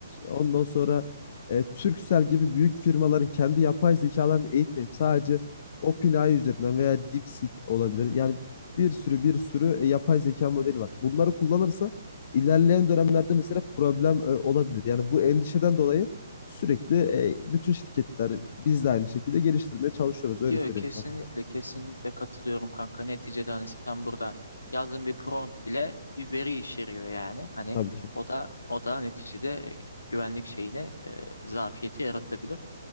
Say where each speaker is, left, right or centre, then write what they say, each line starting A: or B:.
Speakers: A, on the left (about 45°); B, on the left (about 80°).
A: ondan sonra e, Turkcell gibi büyük firmaların kendi yapay zekalarını eğitmeyip sadece OpenAI üzerinden veya DeepSeek olabilir. Yani
B: hı
A: bir sürü
B: hı.
A: bir sürü e, yapay zeka modeli var. Bunları kullanırsa ilerleyen dönemlerde mesela problem e, olabilir. Yani bu endişeden dolayı sürekli e, bütün şirketler biz de aynı şekilde geliştirmeye çalışıyoruz. Öyle
B: Yo,
A: söyleyeyim
B: kesinlikle
A: kankam benim.
B: kesinlikle katılıyorum kanka. Neticede hani sen burada yazdığın bir prompt bile bir veri içeriyor yani. Hani
A: Tabii ki.
B: o da o da neticede e, güvenlik şeyine e, zafiyeti yaratabilir.